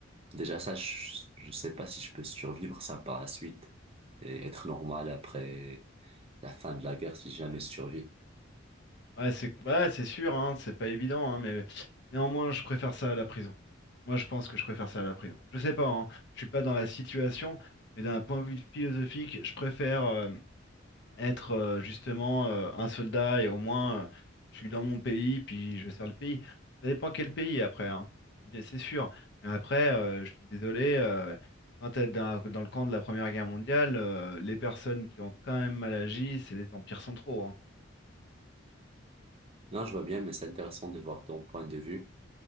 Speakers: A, on the right; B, on the left.
A: Déjà, ça, je, je sais pas si je peux survivre ça par la suite et être normal après la fin de la guerre si jamais je survis.
B: Ouais, c'est ouais, c'est sûr, hein, c'est pas évident, hein, mais néanmoins, je préfère ça à la prison. Moi, je pense que je préfère ça à la prison. Je sais pas, hein, je suis pas dans la situation, mais d'un point de vue philosophique, je préfère euh, être euh, justement euh, un soldat et au moins euh, je suis dans mon pays, puis je sers le pays. Ça dépend quel pays après, hein. C'est bien, c'est sûr. Mais après, euh, je suis désolé, euh, quand t'es dans, dans le camp de la Première Guerre mondiale, euh, les personnes qui ont quand même mal agi, c'est les empires centraux, hein.
A: Non, je vois bien, mais c'est intéressant de voir ton point de vue